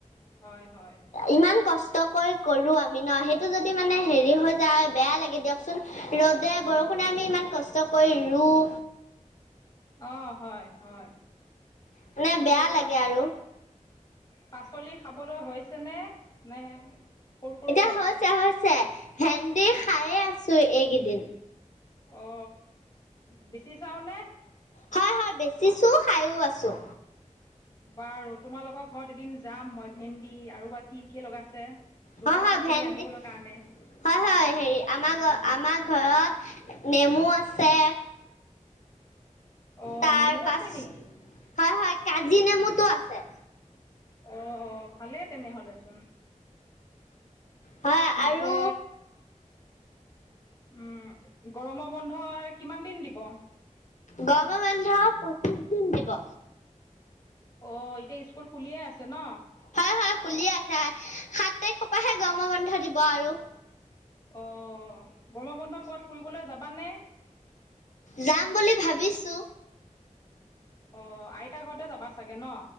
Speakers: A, on the left; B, on the left.
A: হয় হয়।
B: ইমান কষ্ট কৰি কৰো আমি ন সেইটো যদি মানে হেৰি হৈ যায় বেয়া লাগে দিয়ক চোন, ৰ'দে বৰষুণে আমি ইমান কষ্ট কৰি ৰুওঁ।
A: অ হয় হয়,
B: মানে
A: পিছে
B: বেয়া
A: এতিয়া
B: লাগে
A: পাচ
B: আৰু।
A: পাচলি খাবলৈ হৈছেনে? নে সৰু সৰু
B: এতিয়া
A: হৈ
B: হৈছে
A: আছে
B: হৈছে, ভেন্দি খাইয়ে আছো এইকেইদিন।
A: অ, বেচি চাও নে?
B: হয় হয় বেচিছোঁ খাইয়ো আছোঁ।
A: বাৰু তোমালোকৰ ঘৰত এদিন যাম মই ভেন্দি আৰু বা কি কি লগাইছে,
B: হয়
A: লোকেল
B: হয়
A: পাচলি
B: ভেন্দি
A: আনিবলৈ কাৰণে।
B: হয় হয় হেৰি আমাৰ ঘ আমাৰ ঘৰত নেমু আছে,
A: অ',
B: তাৰ
A: নেমু
B: পাছ
A: আছে নেকি?
B: হয় হয় কাজি নেমুটো আছে।
A: অ অ ভালেই তেনেহলে চোন।
B: হয়
A: পিছে
B: আৰু
A: উম, গৰমৰ বন্ধ কিমান দিন দিব?
B: গৰমৰ বন্ধ পঁচিশ দিন দিব।
A: অ এতিয়া স্কুল খুলিয়ে আছে ন?
B: হয় হয় খুলিয়ে আছে, সাত তাৰিখৰ পৰাহে গৰম বন্ধ দিব আৰু।
A: অ, গৰমৰ বন্ধত ক'ৰবাত ফুৰিবলৈ যাবানে?
B: যাম বুলি ভাবিছো।
A: অ আইতাৰ ঘৰতে যাবা চাগে ন?